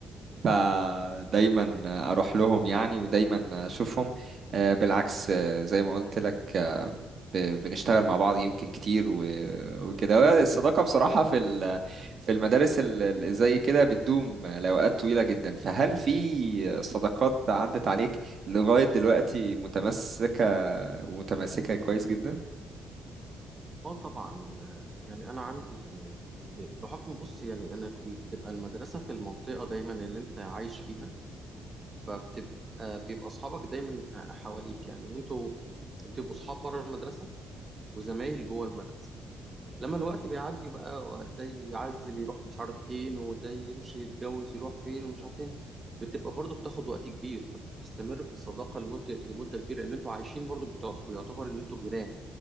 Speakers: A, on the right; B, on the right.
A: فدايما اروح لهم يعني ودايما اشوفهم آه، بالعكس آه، زي ما قلت لك آه، ب- بنشتغل مع بعض يمكن كتير و- وكده هو الصداقة بصراحة في ال- في المدارس ال- ال- زي كده بتدوم لأوقات طويلة جدا فهل في صداقات عدت عليك لغاية دلوقتي متمسكة ومتماسكة كويس جدا؟
B: اه طبعا آه، يعني انا عندي آه، ب- بحكم بص يعني انا ك- بتبقى المدرسه في المنطقه دايما اللي انت عايش فيها فبتبقى بيبقى اصحابك دايما آه، حواليك يعني انتوا بتبقوا اصحاب بره المدرسه وزمايل جوه المدرسه لما الوقت بيعدي بقى ده يعزل يروح مش عارف ايه وده يمشي يتجوز يروح فين ومش عارف فين بتبقى برضو بتاخد وقت كبير فانت بتستمر في الصداقه لمده لمده كبيره ان انتوا عايشين برضو بتوع- بيعتبر ان انتوا جيران